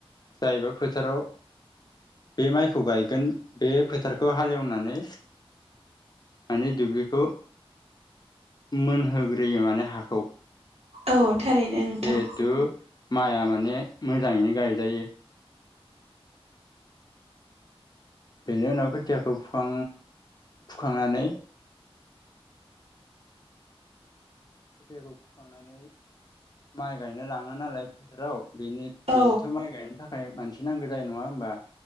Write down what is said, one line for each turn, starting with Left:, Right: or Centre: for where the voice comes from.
Left: जायबा फोथाराव बे माइखौ गायगोन बे फोथारखौ हालेवनानै माने दुब्लि खौ मोनहोग्रोयो माने हाखौ।
Right: औ थारैनो नोंथां।
Left: जिहेथु माइआ माने मोजाङैनो गायजायो। बेनि उनाव खोथियाखौ फुखां फुखांनानै खोथियाखौ फुखांनानै माइ गायनो लाङो नालाय फोथाराव बिनि
Right: औ
Left: बेनोथ' माइ गायनो थाख फाइभ मानसे नांगौ जायो नङा होमबा?